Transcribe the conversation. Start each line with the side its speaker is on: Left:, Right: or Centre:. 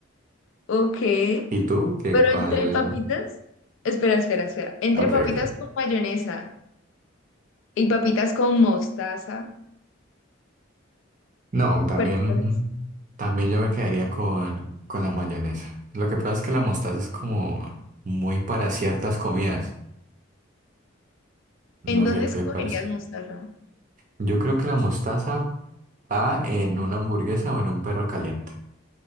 Left: Ok,
Right: ¿Y tú? ¿Qué
Left: pero
Right: cuál?
Left: entre papitas, espera, espera, espera, entre
Right: Ok,
Left: papitas
Right: ok.
Left: con mayonesa. Y papitas con mostaza.
Right: No, también,
Left: ¿cuáles? escoges?
Right: también yo me quedaría con, con la mayonesa. Lo que pasa es que la mostaza es como muy para ciertas comidas.
Left: ¿En
Right: No
Left: dónde
Right: sé qué
Left: escogerías
Right: parece.
Left: mostaza?
Right: Yo creo que la mostaza va en una hamburguesa o en un perro caliente.